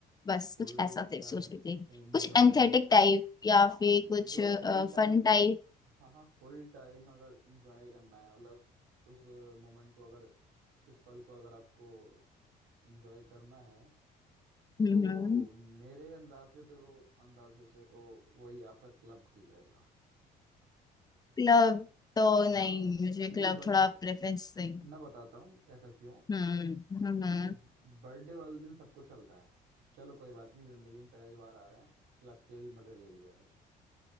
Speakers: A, on the left; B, on the right.
A: बस
B: फुल
A: कुछ ऐसा थे
B: टाइम
A: सोच रही थी
B: एंजॉय
A: कुछ एंथेटिक टाइप या फिर कुछ
B: देखो फुल टाइम
A: फन टाइप
B: हाँ हाँ फुल टाइम अगर एंजॉय करना है मतलब उस उस मोमेंट को अगर उस पल को अगर आपको एंजॉय करना है
A: हम्म
B: तो
A: हम्म।
B: मेरे अंदाज से तो अंदाजे से तो वही आपका क्लब ठीक रहेगा
A: क्लब तो
B: हाँ
A: नहीं मुझे
B: क्योंकि
A: क्लब
B: बर्थ
A: थोड़ा प्रेफरेंस नहीं
B: मैं बताता हूँ ऐसा क्यों
A: हम्म हम्म
B: क्योंकि बर्थडे वाले दिन सबको चलता है चलो कोई बात नहीं जिंदगी में पहली बार आ रहे हैं क्लब के भी मजे ले लिया आज